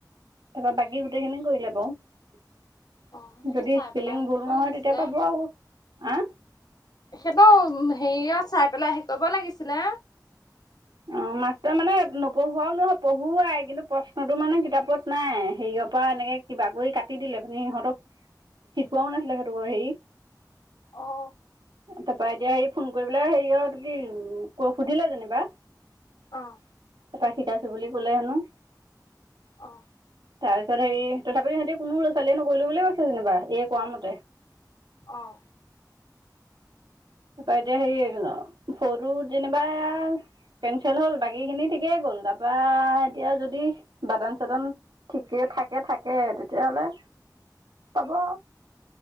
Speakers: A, on the right; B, on the left.
A: তাৰপা বাকী গোটেই খিনি কৰিলে বাৰু
B: অ সেইটো
A: যদি
B: চাই
A: স্পেলিং
B: পেলাই হেৰি
A: ভুল
B: কৰিব
A: নহয়
B: লাগিছিলে
A: তেতিয়া পাব আৰু হ
B: সেইবৌ হেৰিয়ত চাই পেলাই হে কৰিব লাগিছিলে
A: অ মাষ্টাৰ মানে নপঢ়োৱাও নহয় পঢ়োৱাই কিন্তু প্ৰশ্নতটো মানে কিতাপত নাই হেৰিয়ৰ পৰা এনেকে কিবা কৰি কাটি দিলে মানে সিহঁতক শিকোৱাও নাছিলে সেইহটোোক হেৰি
B: অ
A: তাৰপ এতিয়া সেই ফোন কৰি পেলাই হেৰি অ ত কি ক সুধিলে যেনিবা
B: আহ
A: তপৰা শিকাইছো বুলি ক'লে হেনো
B: অঁ
A: তাৰপিছত হেৰি তথাপিও সিহঁতি কোনো লৰা ছোৱালীয়ে নকৰিলো ব বুলিয় কৈছে যেনিবা এ কোৱা মতে
B: আহ
A: প এতিয়া সেই ন সৰুটো যেনিবা কেনচেল হ'ল বাকী খিনি ঠিকেই গ'ল তাৰপা এতিয়া যদি বাদান চাদন ঠিকে থাকে থাকে তেতিয়াহলে পাব আৰু